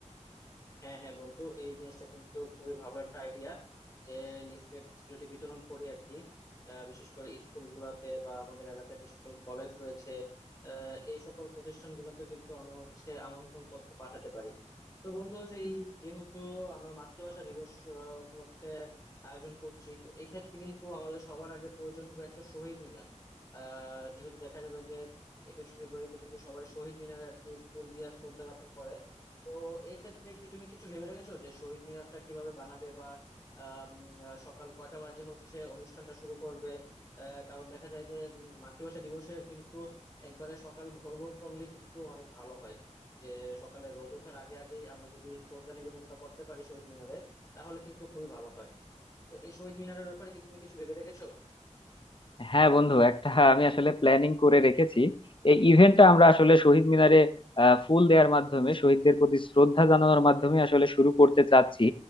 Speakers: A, on the left; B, on the left.
A: হ্যাঁ হ্যাঁ বন্ধু এই জিনিসটা কিন্তু খুবই ভালো একটা আইডিয়া যে লিফলেট যদি বিতরণ করি আর কি আহ, বিশেষ করে স্কুল গুলাতে বা আমাদের এলাকার যে সকল কলেজ রয়েছে আহ, এই সকল প্রতিষ্ঠানগুলোতে কিন্তু আমরা হচ্ছে আমন্ত্রণ পত্র পাঠাতে পারি তো বন্ধু যে এই যেহেতু আমরা মাতৃভাষা দিবস আহ, উপলক্ষে আয়োজন করছি তো এই ক্ষেত্রে কিন্তু আমাদের সবার আগে প্রয়োজন হবে একটা শহীদ মিনার আহ যেহেতু দেখা যাবে যে একুশে ফেব্রুয়ারিতে কিন্তু সবাই শহীদ মিনারে আর কি ফুল দিয়ে শ্রদ্ধা জ্ঞাপন করে তো এক্ষেত্রে কি তুমি কিছু ভেবে রেখেছো যে শহীদ মিনারটা কিভাবে বানাবে বা আম, আহ, সকাল কয়টা বাজে হচ্ছে অনুষ্ঠানটা শুরু করবে আহ, কারণ দেখা যায় যে উম, মাতৃভাষা দিবসের কিন্তু একবারে সকাল ভোর ভোর করলেই কিন্তু অনেক ভালো হয় যে সকালে রোদ ওঠার আগে আগেই আমরা যদি শ্রদ্ধা নিবেদনটা করতে পারি শহীদ মিনারে তাহলে কিন্তু খুবই ভালো হয় তো এই শহীদ মিনারের ব্যাপারে কি তুমি কিছু ভেবে রেখেছো
B: হ্যাঁ বন্ধু একটা আমি আসলে প্ল্যানিং করে রেখেছি এই ইভেন্টটা আমরা আসলে শহীদ মিনারে আহ, ফুল দেওয়ার মাধ্যমে শহীদদের প্রতি শ্রদ্ধা জানানোর মাধ্যমে আসলে শুরু করতে চাচ্ছি